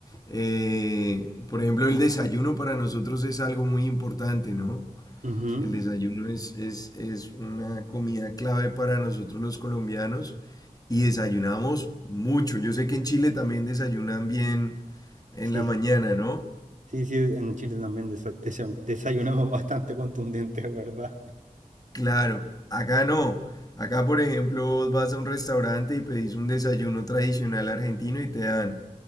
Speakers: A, on the left; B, on the right.
A: Eh, por ejemplo, el desayuno para nosotros es algo muy importante, ¿no?
B: Ujú.
A: El desayuno es, es, es una comida clave para nosotros los colombianos y desayunamos mucho. Yo sé que en Chile también desayunan bien en
B: Sí,
A: la
B: sí,
A: mañana, ¿no?
B: sí, sí, en Chile también desa- desa- desayunamos <laughs> bastante contundente, es ¿verdad?
A: Claro, acá no. Acá, por ejemplo, vos vas a un restaurante y pedís un desayuno tradicional argentino y te dan